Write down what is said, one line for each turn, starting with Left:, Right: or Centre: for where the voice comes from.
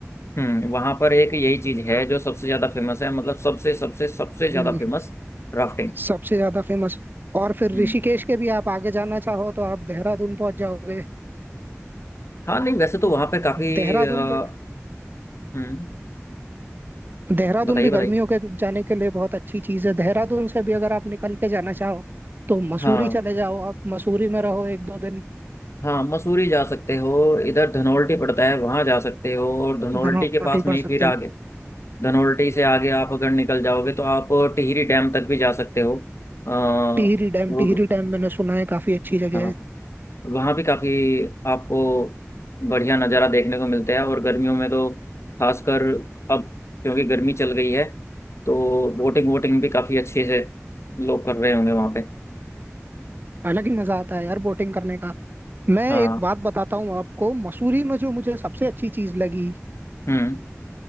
Left: हम्म वहाँ पर एक यही चीज है जो सबसे ज्यादा फेमस है मतलब सबसे सबसे सबसे ज्यादा
Right: हम्म,
Left: फेमस राफ्टिंग
Right: सबसे ज्यादा फेमस और फिर
Left: हम्म
Right: ऋषिकेश के भी आप आगे जाना चाहो तो आप देहरादून पहुंच जाओगे
Left: हाँ नहीं वैसे तो वहाँ पे काफी
Right: देहरादून
Left: अ, हम्म
Right: देहरादून
Left: बताइए
Right: भी
Left: बताइए
Right: गर्मियों के जाने के लिए बहुत अच्छी चीज है देहरादून से भी अगर आप निकल के जाना चाहो तो मसूरी
Left: हाँ
Right: चले जाओ आप मसूरी में रहो एक दो दिन
Left: हाँ मसूरी जा सकते हो इधर धनोल्टी पड़ता है वहां जा सकते हो और धनोल्टी
Right: बनौटी
Left: के पास में
Right: पड़
Left: ही
Right: सकते
Left: फिर आगे
Right: हो
Left: धनोल्टी से आगे आप अगर निकल जाओगे तो आप टिहरी डैम तक भी जा सकते हो आ,
Right: टिहरी डैम
Left: वो
Right: टिहरी डैम मैंने सुना है काफी अच्छी जगह
Left: हाँ
Right: है
Left: वहाँ भी काफ़ी आपको बढ़िया नज़ारा देखने को मिलता है और गर्मियों में तो खासकर अब क्योंकि गर्मी चल गई है तो बोटिंग वोटिंग भी काफ़ी अच्छे से लोग कर रहे होंगे वहाँ पे
Right: अलग ही मजा आता है यार बोटिंग करने का मैं
Left: हाँ
Right: एक बात बताता हूँ आपको मसूरी में जो मुझे सबसे अच्छी चीज लगी
Left: हम्म